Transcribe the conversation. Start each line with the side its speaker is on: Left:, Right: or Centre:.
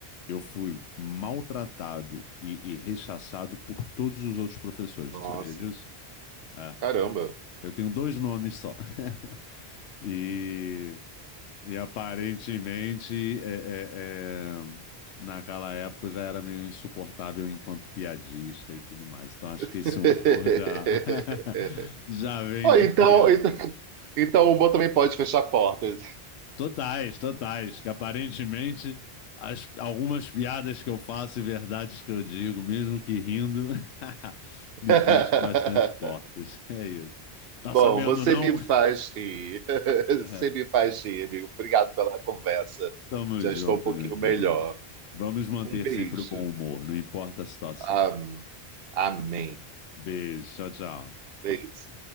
Left: Eu fui maltratado e, e rechaçado por todos os outros professores,
Right: Nossa,
Left: tu sabia disso? É.
Right: caramba.
Left: Eu tenho dois nomes só. <laughs> E, e aparentemente, é, é, é, naquela época eu já era meio insuportável enquanto piadista e tudo mais. Então acho
Right: <laughs>
Left: que esse humor já, <laughs> já vem
Right: Ó,
Left: de
Right: então,
Left: criança.
Right: então, então o humor também pode fechar portas.
Left: Totais, totais. Que aparentemente as- algumas piadas que eu faço e verdades que eu digo, mesmo que rindo, <laughs>
Right: <laughs>
Left: me fecham bastante portas. <laughs> É isso. Tá
Right: Bom,
Left: sabendo,
Right: você
Left: não?
Right: me faz rir. <laughs>
Left: <laughs>
Right: Você me faz rir, amigo. Obrigado pela conversa.
Left: Tamo
Right: Já
Left: junto,
Right: estou um pouquinho
Left: meu querido.
Right: melhor.
Left: Vamos manter
Right: Um beijo.
Left: sempre o bom humor, não importa a situação.
Right: Am- Amém.
Left: Beijo, tchau, tchau.
Right: Beijo.